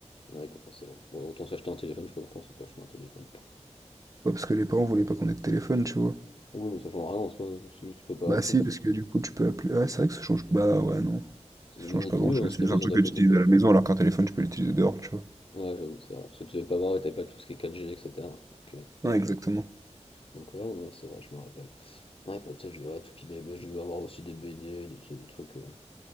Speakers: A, on the left; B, on the right.
A: Ouais, quoi, c'est bon. Bon, autant s'acheter un téléphone, je sais pas pourquoi on s'est pas acheté un téléphone.
B: Ouais, parce que les parents voulaient pas qu'on ait de téléphone, tu vois.
A: Oui, mais ça change rien en soi, si tu peux pas
B: Bah
A: appeler,
B: si,
A: c'est
B: parce que du coup tu peux appeler. Ah, c'est vrai que ça change. Bah ouais, non.
A: c'est
B: Ça
A: limite
B: change pas grand-chose.
A: mieux, hein, si
B: C'est
A: t'as
B: juste
A: besoin
B: un truc
A: d'appeler,
B: que tu
A: t'es
B: utilises
A: pas.
B: à la maison, alors qu'un téléphone tu peux l'utiliser dehors, tu vois.
A: Ouais, j'avoue, c'est vrai. Parce que tu devais pas voir, et t'avais pas tout ce qui est 4G, etc. Donc, euh,
B: Ouais, exactement.
A: donc ouais, non, c'est vrai, je me rappelle. Ouais, pas de ça, je devais, ouais, Toupie Baby, je devais avoir aussi des BD, des, tu sais, des trucs. euh,